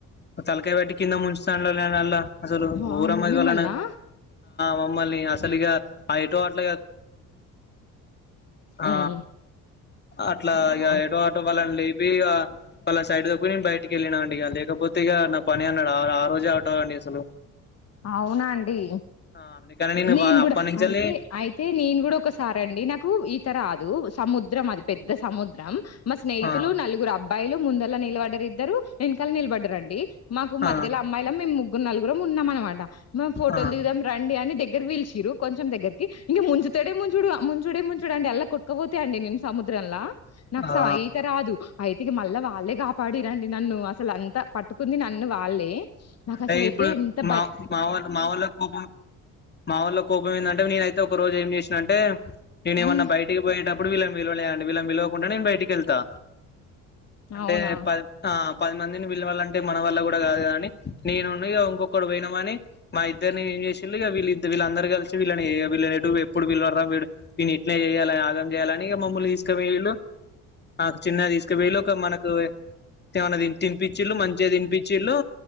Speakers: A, on the left; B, on the left.
A: తలకై బేటి కింద ము అ అసలు
B: వామ్మో
A: ఘరమాపోల
B: మిమ్మల్నా
A: మమ్మల్ని అసలుగా ఆ ఎటో అట్లా
B: హ్మ్.
A: ఆ అట్లా
B: హ్మ్.
A: ఎటో ఆటో వాళ్ళని లేపి వాళ్ళ సైడ్ బయటికి వెళ్ళిన అండి ఇక లేకపోతే ఇక నా పని అన్నాడు ఆ రోజే అవటాంండి అసలు
B: అవునా అండి
A: ఆ అందుకని
B: నేను
A: వా
B: కూడా
A: అప్పటి నుంచెల్లి
B: అయితే అయితే నేను కూడా ఒకసారి అండి నాకు రాదు సముద్రం అది పెద్ద సముద్రం మా స్నేహితులు
A: ఆ
B: నలుగురు అబ్బ బయలు ముందలా నిలబడ్డరు ఇద్దరు వెనకల్ నిలబడ్డారుండి మాకు
A: ఆ
B: మధ్యలో అమ్మాయిలం మేము ము నలుగురుం ఉన్నా మనం మాట ము ఫోటోలు
A: ఆ
B: డిగుదాం రండి అని దెఘ్ దగ్గర పిల్చిరు కొంచం దగ్గరికి ఇంక ముంచుదడే ముంచుడు ముంచుడే ముంచుడు అండి ఎలా కుట్టుపోతే అండి నేను సముద్రంలా నాకు
A: ఆ
B: సా ఈతర అదు అయితే ఇ మళ్ళా వాళ్ళే కాపాడరండి నన్ను అసలు అంతా పట్టుకుంది నన్ను వాళ్ళే నాకాసలు
A: అంటే
B: అయితే
A: ఇప్పుడు
B: ఇంత
A: మా మాళ్ళ మా వాళ్ళ కోపం మా వాళ్ళ కోపం ఏంటంటే నేనయితే ఒక రోజు ఏం చేసినంటే నేను ఏమన్నా
B: ఉమ్
A: బయటికి పోయేటప్పుడు వీళ్ళని విలువలేండి వీళ్ళం విలువకుండా నేను బయటికి వెళ్తా
B: అవునా
A: అంటే పడి ప పది మందిని వీళ్ళ వాళ్ళంటే మన వల్ల కూడా కాదేని నేనున్నగా ఇంకొకడు పోయినామని మా ఇద్దరిని ఏం చేసి ఇక వీళ్ళిద్ద వీళ్ళ అందరు కలిసి వీళ్ళని విల్లనేటు ఇప్పుడు వీళ్ళ వర వీ వీ ఇట్నే చేయాల యాగంయాలా కానీగా మమ్మల్లు తీసుకవేళ్ళు నాకు చిన్న తీసుకవేళ్ళ ఒక మనకుమన్నా తినిపిళ్ళు మంచిగా తినిపచ్చి ఇళ్ళు